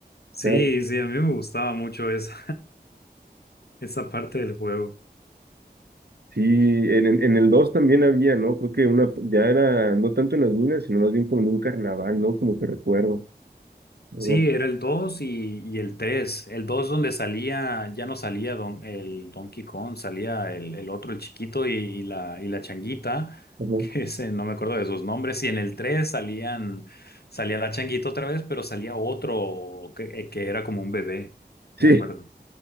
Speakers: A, on the left; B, on the right.
A: Sí,
B: cada
A: sí, a mí me gustaba mucho esa, <laughs> esa parte del juego.
B: Sí, en, en en el 2 también había, ¿no? Creo que una, ya era, no tanto en las minas, sino más bien como en un carnaval, ¿no? Como que recuerdo. Ajá,
A: Sí, era el 2 y, y el 3. El 2 donde salía, ya no salía don, el Donkey Kong, salía el, el otro, el chiquito y, y la, y la changuita, <laughs>
B: ajá.
A: que ese, no me acuerdo de sus nombres. Y en el 3 salían, salía la changuita otra vez, pero salía otro que, eh, que era como un bebé,
B: Sí,
A: me acuerdo.